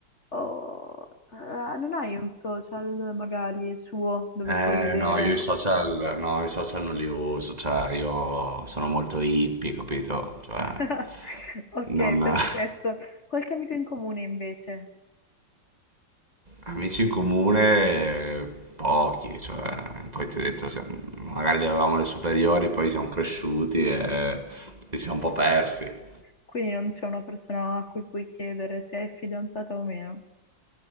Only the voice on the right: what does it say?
Eh,
no, io i social, no, i social non li uso, cioè io sono molto hippie, capito? Cioè,
non...
<laughs>
Amici in comune, eh, pochi, cioè, poi ti ho detto, se- magari li avevamo le superiori, poi siamo cresciuti e ci siamo un po' persi. <laughs>